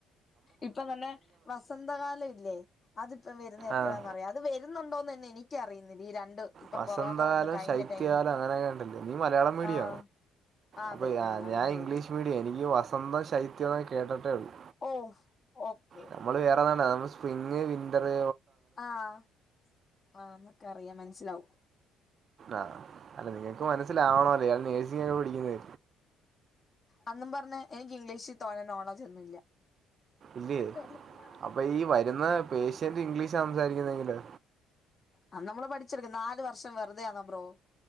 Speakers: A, on the left; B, on the right.
A: ഇപ്പം തന്നെ വസന്തകാലവില്ലെ അതിപ്പം വര്ന്നെ എപ്പഴാന്നറിയ
B: ആഹ്
A: ഇത് വെര്ന്നൊണ്ടോന്നന്നെ എനിക്ക് അറിയ്ന്നില്ല ഈ രണ്ട് ഇപ്പം
B: വസന്തകാലം
A: കൊറോണ വന്ന് കഴിഞ്ഞ
B: ശൈത്യകാലം
A: ടൈമി
B: അങ്ങനെ ഇണ്ടല്ലെ നീ മലയാളം മീഡിയ
A: ആഹ് ആഹ്
B: അപ
A: അതെ അതെ
B: ഞാ
A: മലയാളം
B: ഞാൻ
A: മീഡിയായിരുന്നു
B: ഇംഗ്ലീഷ് മീടിയ എനിക്ക് വസന്തം ശൈത്യൊ കേട്ടിട്ടെ ഉള്ളു
A: ഓഹ് ഓക്കെ
B: നമ്മള് വേറെതാണ്ട നമ്മള് സ്പ്രിങ് വിന്ററ്
A: ആഹ് ആഹ് മ്മക്കറിയ മനസ്സിലാവും
B: ആഹ് അല്ല നിങ്ങക്ക് മനസ്സിലാവണല്ലൊ നേഴ്സിംഗ് പഠിക്ക്ന്നെ
A: അന്നും പറഞ്ഞ് എനിക്കിംഗ്ലീഷി തോനെ നോളജൊന്നുല്ല
B: ഇല്ലേ
A: ത <unintelligible>
B: അപ്പൊ ഈ വരുന്ന പേഷ്യന്റ് ഇംഗ്ലീഷ് സംസാരിക്കുന്നെങ്കിലോ?
A: അ നമ്മള് പഠിച്ചെടുക്കും നാല് വർഷം വെറുതെയാണ് ബ്രോ